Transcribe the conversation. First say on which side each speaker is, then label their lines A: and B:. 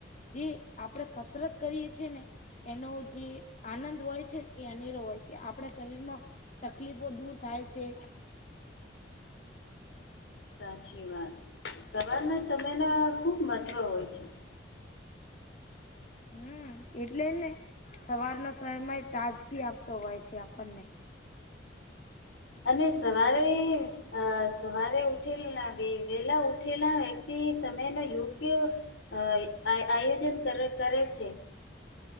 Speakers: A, on the left (about 40°); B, on the left (about 70°).
A: જે આપણેે કસરત કરીએ છીએ ને એનો જે આનંદ હોય છેને એ અનેરો હોય છે આપણા શરીરમાં તકલીફો દૂર થાય છે.
B: સાચી વાત સવારના સમયના ખૂબ મહત્ત્વ હોય છે.
A: હમ એટલે જ ને સવારનો સમય તાજગી આપતો હોય છે આપણને.
B: અને સવારે અ સવારે ઉઠેલા વેલા ઉઠેલા વ્યક્તિ સમય ન યોગ્ય અ આ આયોજન કર કરે છે.